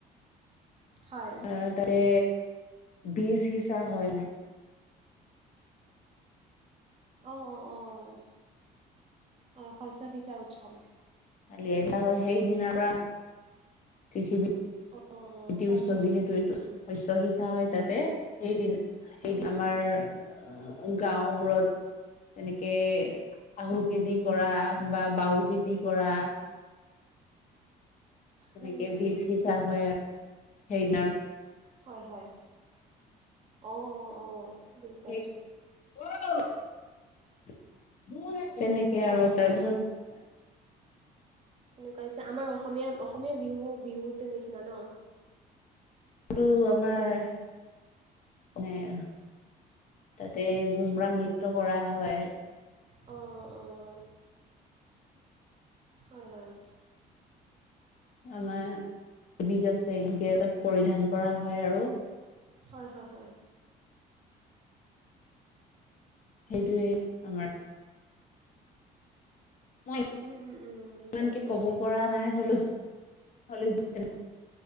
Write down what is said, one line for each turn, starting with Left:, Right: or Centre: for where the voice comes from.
Right: হয়
Left: আহ তাতে বীজ হিচা হয় মানে।
Right: অ', অ', অ', শস্য সিচা উৎসৱ।
Left: আলিয়াই দিয়া হয় সেই দিনাৰ পৰা কৃষি বি
Right: অঁ
Left: খেতি
Right: বুজাইছোঁ
Left: উৎসৱ যিহেতু এইটো শস্য সিঁচা হয় তাতে সেইদিনা সেইটো
Right: উম,
Left: আমাৰ গাওঁবোৰত তেনেকে আহু খেতি কৰা বা বাও খেতি কৰা তেনেকে
Right: উম, উম, উম।
Left: বীজ সিচা হয় আৰু সেইনাৰ
Right: হয় হয়, অঁ অঁ অঁ। বুজি পাইছোঁ
Left: <unintelligible> তেনেকে আৰু
Right: অঁ অঁ
Left: তাৰপিছত
Right: তেনেকুৱা হৈছে আমাৰ অসমীয়া অসমীয়া বিহু বিহুটোৰ নিচিনা ন?
Left: এইটো আমাৰ, মানে আৰু তাতে গুমৰাং নৃত্য কৰা হয়।
Right: অ', অ', অ'। হয়, হয়।
Left: আমাৰ <unintelligible> পৰিধান কৰা হয় আৰু।
Right: হয়, হয়, হয়।
Left: সেইটোয়ে আমাৰ মই
Right: উম, উম। উম, বুজি
Left: ইমানকে
Right: পাইছোঁ
Left: ক'ব
Right: হয়
Left: পৰা নাই হ'লেও